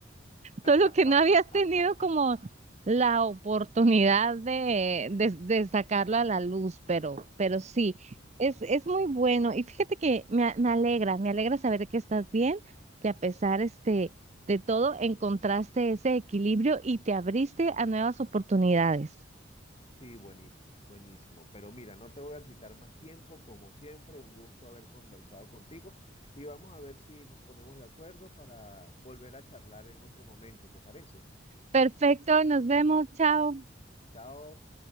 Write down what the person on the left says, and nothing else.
<laughs>
Sí, buenísimo, buenísimo. Pero mira, no te voy a quitar más tiempo, como siempre, un gusto haber conversado contigo y vamos a ver si nos ponemos de acuerdo para volver a charlar en otro momento, ¿te parece?
Chao.